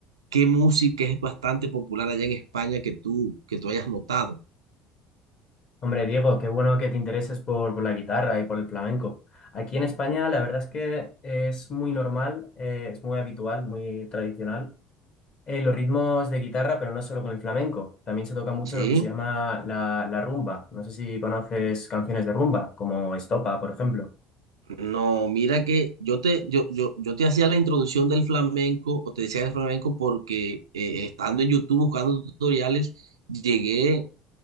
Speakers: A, on the right (about 85°); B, on the left (about 40°).
A: ¿qué música es bastante popular allá en España que tú, que tú hayas notado?
B: hombre Diego, qué bueno que te intereses por, por la guitarra y por el flamenco. Aquí en España la verdad es que es muy normal, eh, es muy habitual, muy tradicional eh, los ritmos de guitarra, pero no solo con el flamenco. También se toca mucho
A: ¿Sí?
B: lo que se llama la, la rumba. No sé si conoces canciones de rumba, como Estopa, por ejemplo.
A: No, mira que yo te, yo, yo, yo te hacía la introducción del flamenco, o te decía del flamenco, porque eh, estando en YouTube buscando tutoriales, llegué